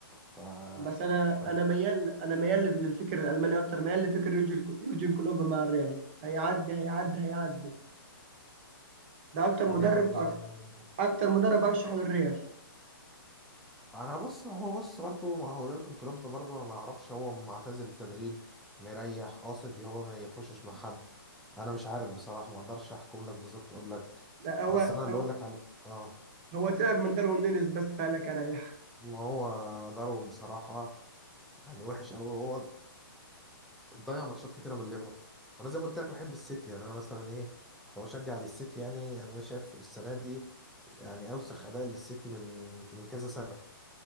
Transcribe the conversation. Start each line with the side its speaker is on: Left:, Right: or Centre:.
Centre: ف
Right: بس انا
Centre: فال-
Right: انا ميال انا ميال للفكر الالماني اكتر ميال لفكر يورجن يورجن كلوب مع الريال هيعدي هيعدي هيعدي ده اكتر
Centre: يعني
Right: مدرب أر... اكتر مدرب ارشحه
Centre: آه.
Right: للريال
Centre: انا بص هو بص برضو ما هو يورجن كلوب برضو انا ما اعرفش هو معتزل التدريب مريح قاصد هو ما يخشش مع حد انا مش عارف بصراحه ما اقدرش احكم لك بالظبط اقول لك
Right: لا هو
Centre: بس انا اللي
Right: هو
Centre: اقول لك عليه اه
Right: هو تعب من داروين نونيز بس فقالك اريح
Centre: ما هو ضرهم بصراحة يعني وحش قوي وهو ضيع ماتشات كتيره من الليفر وانا زي ما قلت لك بحب السيتي يعني انا مثلا ايه كمشجع للسيتي يعني يعني انا شايف السنه دي يعني اوسخ اداء للسيتي من من كذا سنه